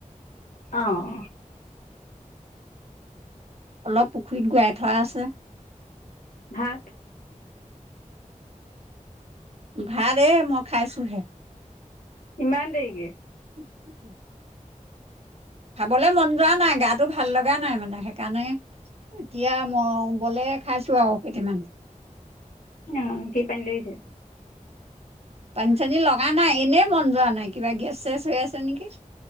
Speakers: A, on the left (about 80°); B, on the right (about 50°).
A: অঁ
B: অলপ পুখুৰীত গূৰাাই থোৱা আছে
A: ভাত
B: উঠাৰে মই খাইছোহে
A: ইমান দেৰিকে
B: <unintelligible> খাবলৈ মন যোৱা নাই গাটো ভাল লগা নাই মানে সেইকাৰণে এতিয়া ম বলে খাইছো আৰু কেইটামান
A: অ কি পন লৈিছে
B: পানী চানী লগা নাই এনেই মন যোৱা নাই কিবা গেছ চেছ হৈ আছে নেকি